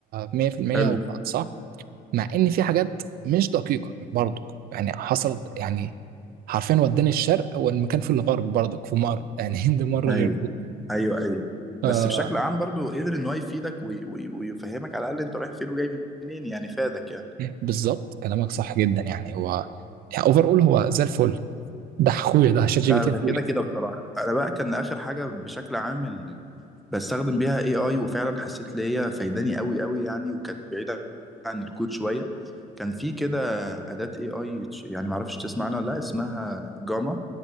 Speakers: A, on the right (about 60°); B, in the centre.
A: 100%
B: حلو
A: هو كان صح مع ان في حاجات مش دقيقه برضك يعني حصلت يعني حرفيا وداني الشرق والمكان في الغرب برضك في مره يعني هند مره
B: ايوه
A: غير دي
B: ايوه ايوه
A: ف
B: بس بشكل عام برضو قدر ان هو يفيدك وي- وي- ويفهمك على الاقل انت رايح فين وجاي منين يعني فادك يعني
A: بالظبط كلامك صح جدا يعني هو يعني اوفر اول هو زي الفل ده اخويا ده شات جي
B: لا
A: بي تي
B: ده
A: اخويا
B: كده كده بصراحة أنا بقى كان آخر حاجة بشكل عام ال- بستخدم بيها اي اي وفعلا حسيت ان هي فايداني قوي قوي يعني وكانت بعيدة عن الكود شوية كان في كده أداة اي اي يعني معرفش تسمع عنها ولا لا اسمها جاما